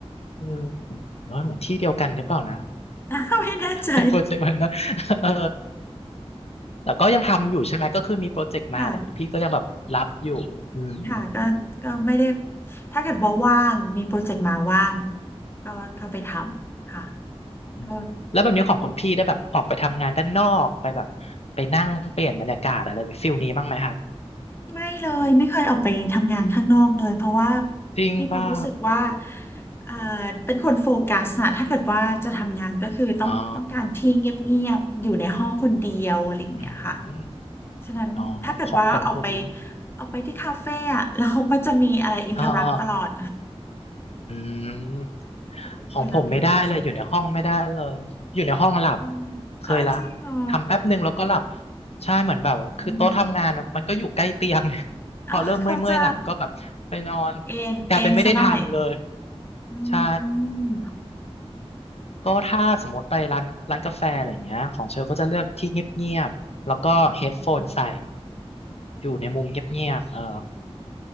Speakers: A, on the left; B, on the left.
A: เออเนอะเหมือนที่เดียวกันหรือเปล่านะ
B: <laughs> ไม่แน่ใจ
A: ให้โปรเจกต์มันนะ <laughs> เออแต่ก็ยังทำอยู่ใช่ไหม ก็คือมีโปรเจกต์มาอะไรอย่างงี้พี่ก็ยังแบบรับอยู่
B: ค่ะ
A: อืม
B: ค่ะก็ก็ไม่ได้ถ้าเกิดว่าว่างมีโปรเจกต์มาว่างก็เข้าไปทำค่ะ
A: อืม
B: ก็
A: แล้วแบบนี้ของคุณพี่ได้แบบออกไปทำงานด้านนอกไปแบบไปนั่งเปลี่ยนบรรยากาศอะไรไปฟิลนี้บ้างไหมครับ
B: ไม่เลยไม่เคยออกไปทำงานข้างนอกเลยเพราะว่า
A: จริงเปล่า
B: มีความรู้สึกว่าเอ่อเป็นคนโฟกัสนะถ้าเกิดว่าจะทำงานก็คือต้องต้องการที่เงียบๆอยู่ในห้องคนเดียวอะไรอย่างเงี้ยค่ะ
A: อ๋ออืม
B: ฉะนั้นถ้าเกิดว่าออกไป
A: อ๋อ ของของผม
B: ออกไปที่คาเฟ่อะ <laughs> แล้วมันก็จะมีอะไรอินเทอร์รัปตลอด
A: อ่าอ่า อืม
B: จะเป็นคนละฟิลกับเชล
A: ของผมไม่ได้เลยอยู่ในห้องไม่ได้เลยอยู่ในห้องหลับ
B: อืมอ๋อจริงเหรอ
A: เคยละทำแป๊บหนึ่งแล้วก็หลับใช่เหมือนแบบคือโต๊ะทำงานอะมันก็อยู่ใกล้เตียง
B: อืม
A: <laughs>
B: อ๋อเข้าใจ
A: พอเริ่มเมื่อยๆหลังก็แบบไปนอน
B: เอ็น
A: กลายเป็นไม่ได้ทำเลย
B: เอ็นซะหน่อยอื
A: ใช่
B: ม
A: ก็ถ้าสมมติไปร้านร้านกาแฟอะไรอย่างเงี้ยของเชลก็จะเลือกที่เงียบๆแล้วก็เฮดโฟนใส่
B: อืม
A: อยู่ในมุมเงียบๆเออ
B: อื